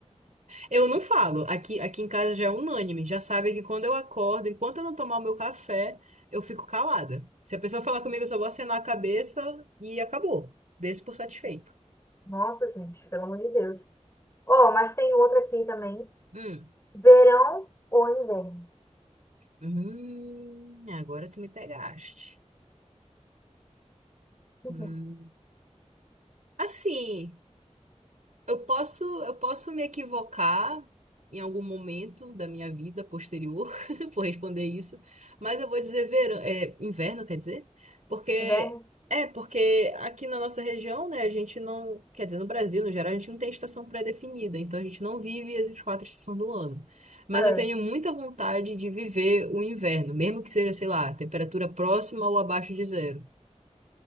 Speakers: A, on the right (about 85°); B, on the left (about 20°).
A: Eu não falo. Aqui, aqui em casa já é unânime. Já sabe que quando eu acordo, enquanto eu não tomar o meu café, eu fico calada. Se a pessoa falar comigo, eu só vou acenar a cabeça e acabou. Desse por satisfeito.
B: Nossa, gente, pelo amor de Deus. Ó, mas tem outra aqui também.
A: Hum.
B: Verão ou inverno?
A: Hum, agora tu me pegaste.
B: Uhum.
A: Hum. Assim. Eu posso, eu posso me equivocar em algum momento da minha vida posterior <laughs> por responder isso, mas eu vou dizer verão, é, inverno, quer dizer? Porque
B: Inverno?
A: é porque aqui na nossa região, né, a gente não, quer dizer, no Brasil, no geral, a gente não tem estação pré-definida, então a gente não vive as quatro estações do ano. Mas
B: É.
A: eu tenho muita vontade de viver o inverno, mesmo que seja, sei lá, temperatura próxima ou abaixo de zero.